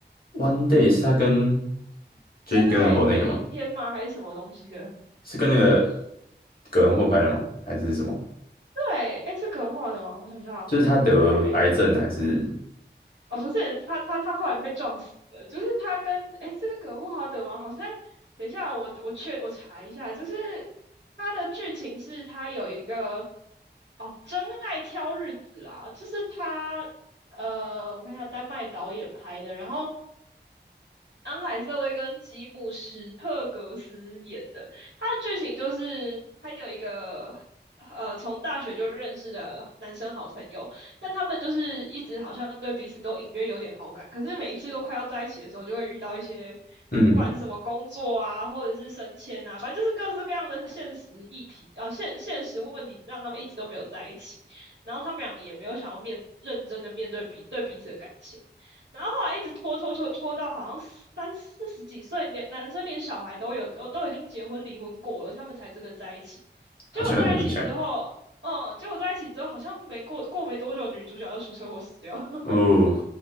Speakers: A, on the left; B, on the right.
A: One Day 是他跟 Jake
B: 真爱每一天吗？
A: g 那个吗？
B: 还是什么东西的？
A: 是跟那个葛伦霍拍的吗？还是什么？
B: 对，哎，是可能画的吗？我想一下哦，
A: 就是他得癌症还是
B: 真爱每哦，不是，他他他后来被撞死了，就是他跟哎，这个葛莫华德吗？好像等一下我我确我查一下，就是他的剧情是他有一个哦，真爱挑日子啦，就是他呃，我看一下丹麦导演拍的，然后安海瑟薇跟吉姆·史特格斯演的。他的剧情就是他有一个呃从大学就认识的男生好朋友，但他们就是一直好像对彼此都隐约有点好感，可是每一次都快要在一起的时候，就会遇到一些
A: 嗯，
B: 不管是什么工作啊，或者是升迁啊，反正就是各式各样的现实议题啊、呃现现实问题，让他们一直都没有在一起。然后他们俩也没有想要面认真的面对彼对彼此的感情。然后后来一直拖拖拖拖到好像三四十几岁，连男生连小孩都有，都都已经结婚离婚过了，他们才真的在一起。
A: 好像有点印象
B: 结果在一起之后，嗯，结果在一起之后好像没过过没多久，女主角就出车祸死掉了，<laughs>
A: 哦，